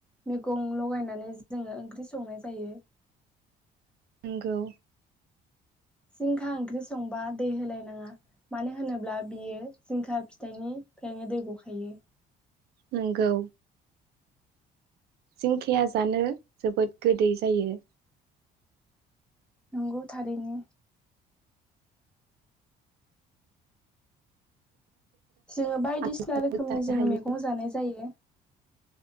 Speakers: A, in the centre; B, on the right.
A: मैगं लगायनानै जोङो ओंख्रि संनाय जायो।
B: नंगौ
A: जिंखा ओंख्रि संबा दै होलायनाङा मानो होनोब्ला बियो जिंखा फिथाइनिफ्रायनो दै गखायो,
B: नोंगौ जिंखाया जानो जोबोद गोदै जायो।
A: नंगौ थारैनो जोङो बायदिसिना
B: आलुजोंबो
A: रोखोमनि
B: जानो
A: जोङो
B: हायो
A: मैगं जानाय जायो।